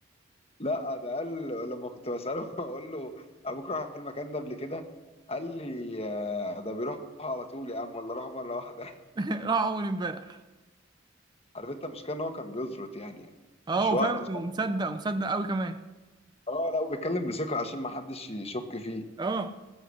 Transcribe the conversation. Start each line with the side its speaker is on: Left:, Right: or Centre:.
Left: لا ده قال لما كنت بساله <laughs> اقول له ابوك راح المكان ده قبل كده قال لي آه، ده بيروح على طول يا عم ولا راح مره واحده
Right: راح اول امبارح
Left: <laughs> عارف انت المشكله ان هو كان بيزرط يعني, يعني
Right: اه
Left: مش
Right: وفاهم
Left: وقته صح
Right: ومصدق ومصدق قوي كمان
Left: اه لا وبيتكلم بثقه عشان ما حدش يشك فيه
Right: اه